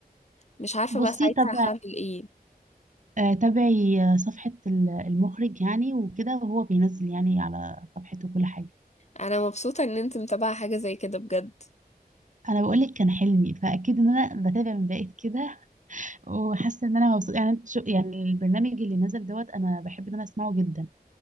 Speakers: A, on the left; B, on the right.
A: مش عارفه
B: بصي
A: بقى ساعتها
B: طب
A: هعمل ايه
B: آه، تابعي آه، صفحة ال- المخرج يعني وكده وهو بينزل يعني على صفحته كل حاجة
A: انا مبسوطه ان انت متابعه حاجه زي كده بجد
B: انا بقول لك كان حلمي فاكيد ان انا بتابع من بعيد كده <laughs> وحاسه ان انا مبسوطه يعني انت شو يعني البرنامج اللي نزل دوت انا بحب ان انا اسمعه جدا